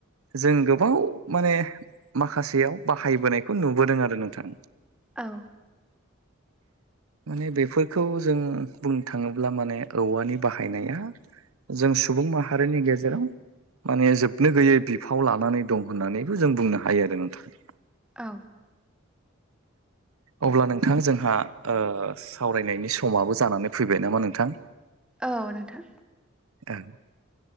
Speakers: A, on the right; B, in the centre.
A: जों गोबाव माने माखासेयाव बाहाय बोनायखौ नुबोदों आरो नोंथां।
B: औ।
A: माने बेफोरखौ जों बुंनो थाङोब्ला माने औवानि बाहायनाया जों सुबुं माहारिनि गेजेराव माने जोबनो गैयै बिफाव लानानै दं होननानैबो जों बुंनो हायो आरो नोंथां।
B: औ।
A: अब्ला नोंथां जोंहा ओ सावरायनायनि समाबो जानानै फैबाय नामा नोंथां?
B: औ नोंथां।
A: औ